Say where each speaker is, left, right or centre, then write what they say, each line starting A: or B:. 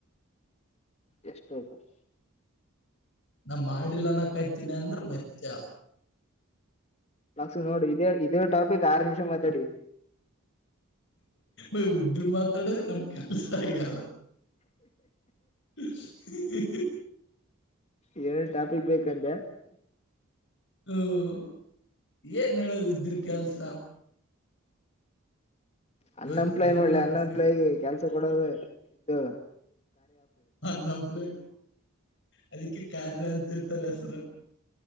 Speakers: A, on the left; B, on the left.
A: ಎಷ್ಟ ಹಪ <inaudible>
B: ನಾ ಮಾಡಿಲ್ಲನ ಕಾಯ್ತೀನಿ ಅಂದ್ರ ಮಚ್ಚ
A: ಲಕ್ಸ ನೋಡು ಇದೇ ಇದೇ ಟಾಪಿಕ್ ಆರ್ ನಿಮಿಷ ಮಾತಾಡಿ
B: ಇ ಉದ್ರ ಮಾತಾಡ ನಮ್ ಕೆಲ್ಸ ಆಗಧೀ ಹ <inaudible>
A: ಏನೇನ್ ಟಾಪಿಕ್ ಬೇಕಂದ
B: ಹ್ಮ ಏನ್ ಹೇಳುವ ಇದ್ರ ಕೆಲ್ಸ
A: ಹನ್ನಂಪ್ಲೈ
B: ಇವತ್ ಏನಿಲ್ಲ
A: ನೋಡ್ ಹನ್ನಪ್ಲಾಯ
B: ಫಿಫ್ಟಿ
A: ಕೆಲ್ಸ ಕೊಡದು ಇದ್ದ
B: ಅ ನ ಪಲೆ ಅದಕ್ಕೆ <inaudible> ಕಾರ್ಯರಥರಸರು <unintelligible>